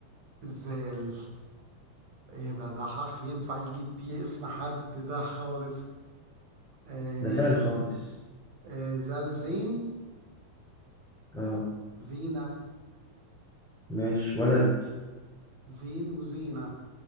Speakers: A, on the right; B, in the centre.
A: الزال ايه ده ده حرف ينفع يجيب بيه اسم حد ده خالص آه
B: ده سهل خالص
A: آه زال زين
B: اه
A: زينة
B: ماشي ولد
A: زين وزينة